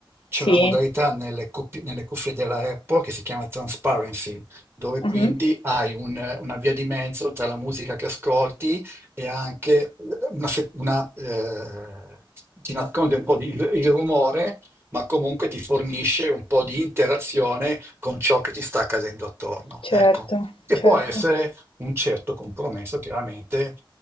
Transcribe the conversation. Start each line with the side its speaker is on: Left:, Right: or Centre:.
Right: c'è
Left: Sì,
Right: una modalità nelle cuffie, nelle cuffie della Apple che si chiama Transparency, dove quindi
Left: mh-mh,
Right: hai un- una via di mezzo tra la musica che ascolti e anche una, se- una, eh, ti nasconde un po' di, il rumore, ma comunque ti fornisce un po' di interazione con ciò che ti sta accadendo attorno.
Left: certo,
Right: Ecco. Che
Left: certo,
Right: può essere un certo compromesso, chiaramente